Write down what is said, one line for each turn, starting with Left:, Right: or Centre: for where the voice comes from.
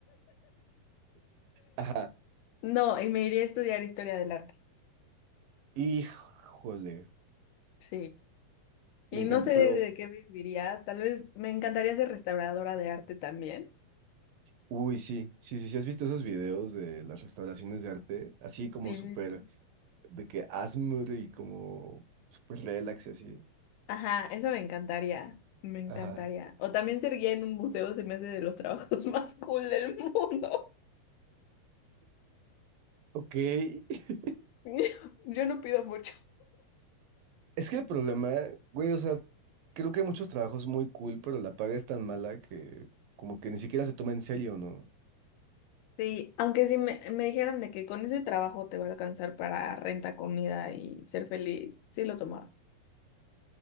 Right: Ajá.
Left: No, y me iría a estudiar historia del arte.
Right: Híjole,
Left: Sí. Y
Right: me encanta,
Left: no sé
Right: pero...
Left: de qué viviría. Tal vez me encantaría ser restauradora de arte también.
Right: Uy, sí, sí, sí, sí, has visto esos videos de las restauraciones de arte, así como
Left: Sí.
Right: súper, de que Asmr y como súper relax y así.
Left: Ajá, eso me encantaría. Me encantaría.
Right: Ajá.
Left: O también ser guía en un museo se me hace de los trabajos <laughs> más cool del mundo.
Right: Ok, <laughs> es
Left: <laughs> Yo no pido mucho.
Right: que el problema, güey, o sea, creo que hay muchos trabajos muy cool, pero la paga es tan mala que como que ni siquiera se toma en serio, ¿no?
Left: Sí, aunque si me, me dijeran de que con ese trabajo te va a alcanzar para renta, comida y ser feliz, sí lo tomaba.